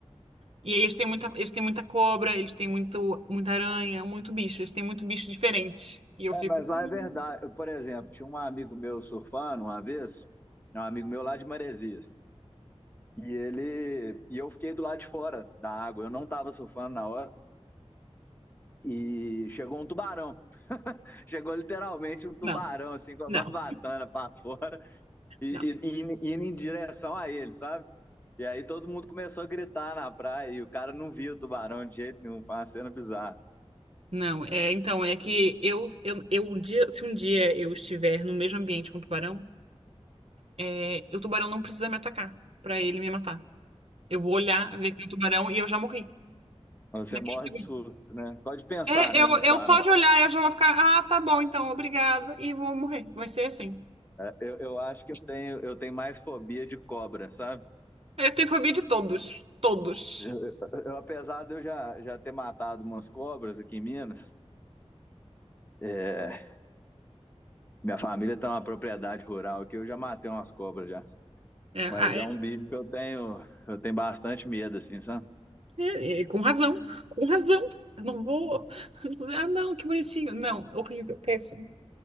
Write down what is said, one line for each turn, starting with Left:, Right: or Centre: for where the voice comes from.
Right: E aí eles têm muita, eles têm muita cobra, eles têm muito, muita aranha, muito bicho. Eles têm muito bicho diferente. E eu
Left: É,
Right: fico,
Left: mas lá
Right: "Hum,
Left: é verdade. Por exemplo, tinha um amigo meu surfando uma vez, um amigo meu lá de Maresias. E ele e eu fiquei do lado de fora da água. Eu não estava surfando na hora. E chegou um tubarão. Chegou literalmente um tubarão,
Right: não,
Left: assim, com a
Right: não.
Left: barbatana para fora e,
Right: não.
Left: e, e indo em direção a ele, sabe? E aí todo mundo começou a gritar na praia e o cara não via o tubarão de jeito nenhum, foi uma cena bizarra.
Right: Não, é, então, é que eu, eu, eu um dia, se um dia eu estiver no mesmo ambiente com o tubarão, é, o tubarão não precisa me atacar pra ele me matar. Eu vou olhar, ver que é um tubarão e eu já morri
Left: Você
Right: naquele
Left: morre
Right: segundo.
Left: de susto, né? Pode pensar,
Right: É,
Left: né,
Right: eu,
Left: no tubarão.
Right: eu só de olhar eu já vou ficar, ah, tá bom, então, obrigada, e vou morrer. Vai ser assim.
Left: Eu, eu acho que eu tenho, eu tenho mais fobia de cobra, sabe?
Right: É, Eu tenho fobia de todos, todos.
Left: Eu, eu, apesar de eu já, já ter matado umas cobras aqui em Minas, é, minha família tem uma propriedade rural que eu já matei umas cobras já.
Right: É,
Left: Mas
Right: ah,
Left: é
Right: é-
Left: um bicho que eu tenho, eu tenho bastante medo, assim, sabe?
Right: é- é, com razão, com razão. Eu não vou <laughs> dizer, ah, não, que bonitinho. Não, horrível, péssimo.